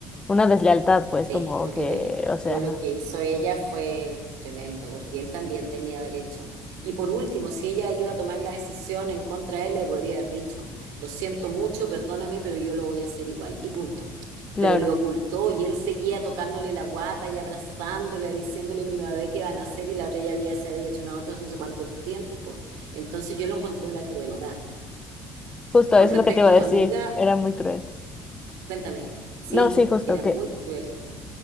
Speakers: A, on the left; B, on the right.
A: Una deslealtad, pues,
B: Sí,
A: como
B: lo
A: que,
B: que le,
A: o
B: yo
A: sea,
B: lo
A: no.
B: que hizo ella fue tremendo, porque él también tenía derecho. Y por último, si ella iba a tomar la decisión en contra de él, le podría haber dicho, lo siento mucho, perdóname, pero yo lo voy a hacer igual. Y punto.
A: Claro.
B: Pero le ocultó y él seguía tocándole la guata y abrazándole, diciéndole mi bebé qué van a hacer y la otra ya había, se había hecho un aborto hace no sé cuánto tiempo. Entonces yo lo encontré una crueldad.
A: Justo, eso
B: Con
A: es
B: respecto
A: lo que te iba a
B: a
A: decir.
B: tu amiga,
A: Era muy cruel.
B: cuéntame, sí,
A: No, sí, justo,
B: era
A: que
B: muy cruel.